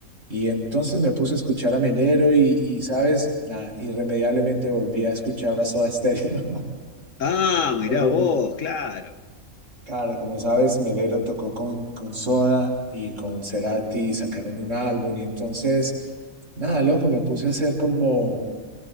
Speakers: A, on the right; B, on the left.
A: Y entonces me puse a escuchar a Melero y, y, ¿sabes? Nada, irremediablemente volví a escuchar a Soda Stereo. <laughs>
B: Ah, mirá
A: Porque,
B: vos, claro.
A: claro, como sabes, Melero tocó con, con Soda y con Cerati y sacaron un álbum. Y entonces, nada, loco, me puse a hacer como